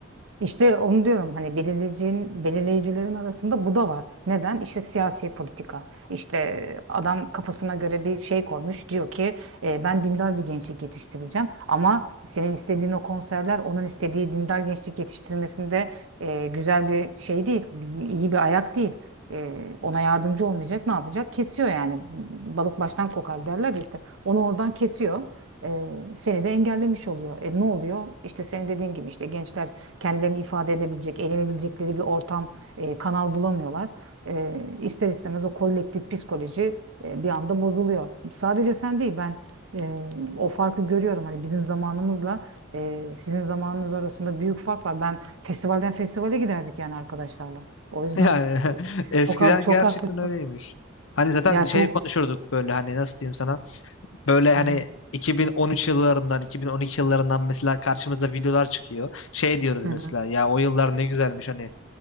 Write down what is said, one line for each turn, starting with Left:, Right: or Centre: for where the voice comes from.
Right: İşte onu diyorum hani belirleyicinin, belirleyicilerin arasında bu da var. Neden? İşte siyasi politika. İşte adam kafasına göre bir şey koymuş. Diyor ki "E, ben dindar bir gençlik yetiştireceğim. Ama senin istediğin o konserler onun istediği dindar gençlik yetiştirmesinde e, güzel bir şey değil. bir- iyi bir ayak değil. E, ona yardımcı olmayacak ne yapacak? Kesiyor yani. Balık baştan kokar derler ya işte. Onu oradan kesiyor e, seni de engellemiş oluyor. E, ne oluyor? İşte senin dediğin gibi işte gençler kendilerini ifade edebilecek, eğlenebilecekleri bir ortam, e, kanal bulamıyorlar. E, ister istemez o kolektif psikoloji e, bir anda bozuluyor. Sadece sen değil ben e, o farkı görüyorum. Hani bizim zamanımızla e, sizin zamanınız arasında büyük fark var. Ben festivalden festivale giderdik yani arkadaşlarla. O yüzden
Left: Yani <laughs>
Right: e,
Left: eskiden
Right: çok ha- çok
Left: gerçekten
Right: haklısın.
Left: öyleymiş. Hani zaten
Right: Ya
Left: şey
Right: çok.
Left: konuşurduk böyle hani nasıl diyeyim sana? Böyle hani
Right: Hı hı.
Left: 2013 yıllarından, 2012 yıllarından mesela karşımıza videolar çıkıyor. Şey diyoruz
Right: Hı
Left: mesela
Right: hı.
Left: ya o yıllar ne güzelmiş hani.